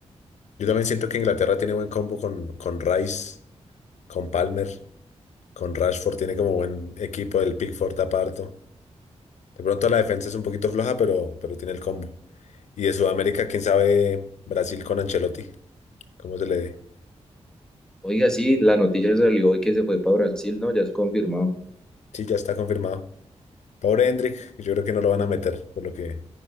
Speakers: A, on the left; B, in the centre.
A: Yo también siento que Inglaterra tiene buen combo con, con Rice, con Palmer, con Rashford, tiene como buen equipo, el Pickford aparto. De pronto la defensa es un poquito floja, pero, pero tiene el combo. Y de Sudamérica, quién sabe, Brasil con Ancelotti, cómo se le dé.
B: Oiga, sí, la noticia salió hoy que se fue para Brasil, ¿no? Ya es confirmado.
A: Sí, ya está confirmado. Pobre Hendrik, yo creo que no lo van a meter, por lo que